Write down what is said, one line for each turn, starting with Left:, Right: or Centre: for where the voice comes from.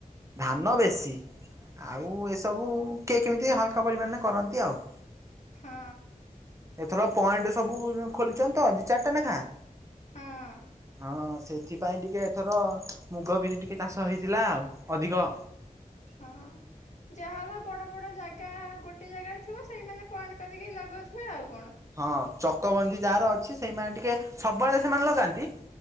Right: ଧାନ ବେଶୀ। ଆଉ ଏସବୁ କିଏ କେମିତି ହାଲକା ପରିମାଣରେ କରନ୍ତି ଆଉ।
Left: ହଁ
Right: ଏଥର ପଏଣ୍ଟ ସବୁ ଖୋଲିଛନ୍ତି ତ ଦି ଚାରିଟା ଲେଖା।
Left: ହଁ
Right: ହଁ ସେଇଥିପାଇଁ ଟିକେ ଏଥର ମୁଗ, ବିରି ଟିକେ ଚାଷ ହେଇଥିଲା ଆଉ ଅଧିକ।
Left: ହଁ ଯାହାର ବଡ ବଡ ଜାଗା ଗୋଟେ ଜାଗାରେ ଥିବ ସେଇମାନେ ପଏଣ୍ଟ କରିକି ଲଗେଉଥିବେ ଆଉ କଣ।
Right: ହଁ ଚକବନ୍ଦୀ ଯାହାର ଅଛି ସେଇମାନେ ଟିକେ ସବୁବେଳେ ସେମାନେ ଲଗାନ୍ତି।